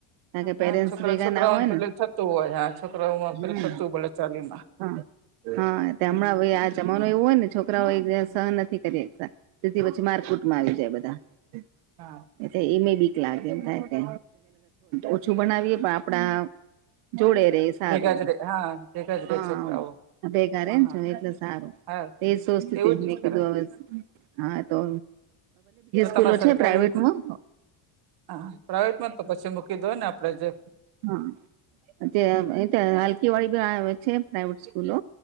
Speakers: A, on the right; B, on the right.
A: કારણ કે
B: હા
A: પેરેન્ટ્સ
B: છોકરા
A: ભેગા
B: છોકરાઓને
A: ના હોય
B: પેલી
A: ને
B: થતું હોય હા છોકરાઓ
A: હમ
B: પે થતુંય બોલા ચાલીમાં.
A: હા હા
B: હમ
A: તે હમણાં હવે આ મા એવું હોય ને છોકરાઓ સહન નથી કરી શતા તેથી પછી મારકૂટ માં આવી જાય. <unintelligible>
B: હા.
A: એ બીક લાગે એમ થાય કે ઓછું બનાવીએ પણ આપ આપણા જોડે રે સારું
B: <unintelligible> રે
A: હા
B: છોકરાઓ.
A: ભેગા રેને
B: હા હા
A: એટલે સારું
B: હા
A: એ સોસ્તી
B: એવું
A: હતી
B: જ
A: મેં કીધું
B: કરાય
A: અસ. હા તો.
B: તો તમારે
A: સ્કૂલો
B: સરકારી
A: છે પ્રાાઈવેટમાં
B: હા પ્રઇવેટમાં તો પછી મૂકી દો ને આપડે જે
A: હા. એ હલકી વાળડી બી આવે આવે છે પ્રાઇવેટ સ્કૂલો,